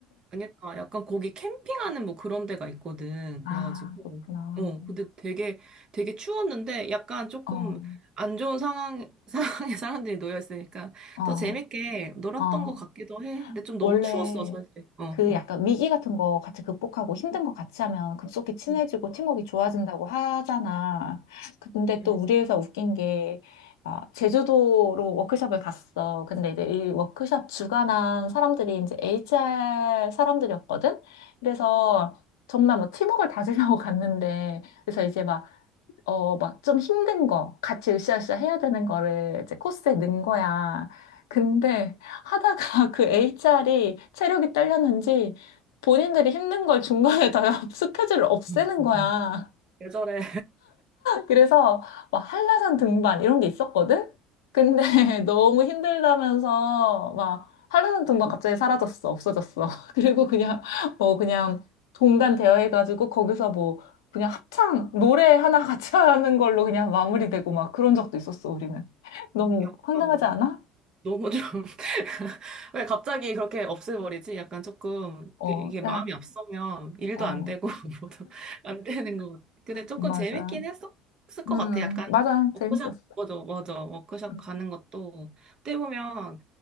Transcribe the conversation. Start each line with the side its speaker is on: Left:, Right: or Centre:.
Right: 그러니까 약간 거기 캠핑하는 뭐 그런 데가 있거든.
Left: 아,
Right: 그래가지고
Left: 그렇구나.
Right: 어 근데 되게 되게 추웠는데 약간 조금
Left: 어,
Right: 안 좋은 상황 <laughs> 상황에 사람들이 놓여 있으니까
Left: 어,
Right: 더 재밌게 놀았던
Left: 어.
Right: 것 같기도 해. 근데 좀 너무
Left: 원래,
Right: 추웠어 사실. 어
Left: 그
Right: 어.
Left: 약간 위기 같은 거 같이 극복하고 힘든 거 같이 하면 급속히 친해지고
Right: 어,
Left: 팀워크가 좋아진다고 하잖아. 근데
Right: 그래.
Left: 또 우리 회사 웃긴 게, 아, 제주도로 워크숍을 갔어. 근데 이제 이 워크숍 주관한 사람들이 이제 HR 사람들이었거든? 그래서 정말 뭐 팀워크를 다지려고 갔는데, 그래서 이제 막 어, 막 좀 힘든 거, 같이 으쌰으쌰 해야 되는 거를 이제 코스에 넣은 거야. 근데 하다가 <laughs> 그 HR이 체력이 딸렸는지 본인들이 힘든 걸 중간에 다 <laughs> 스케줄을 없애는
Right: <laughs>
Left: 거야.
Right: 계절에
Left: 그래서 막 한라산 등반 이런 게 있었거든? 근데 <laughs> 너무 힘들다면서 막 한라산 등반 갑자기 사라졌어. 없어졌어. <laughs> 그리고 그냥 뭐 그냥 동반 대여해가지고 거기서 뭐 그냥 합창 노래 하나 <laughs> 같이 하는 걸로 그냥 마무리되고 막 그런 적도 있었어, 우리는. <laughs> 너무
Right: <laughs> 약간
Left: 황당하지 않아?
Right: 너무 좀, <laughs> 왜 갑자기 그렇게 없애버리지? 약간 조금,
Left: 어,
Right: 이게 이게 마음이
Left: 야,
Right: 앞서면 일도
Left: 어,
Right: 안 되고, <laughs> 뭐도 안 되는 것 같아. 근데 조금
Left: 맞아.
Right: 재밌긴 했었을 것
Left: 음,
Right: 같아. 약간,
Left: 맞아.
Right: 워크숍,
Left: 재밌었어.
Right: 맞아, 맞아. 워크숍
Left: 음.
Right: 가는 것도, 어떻게 보면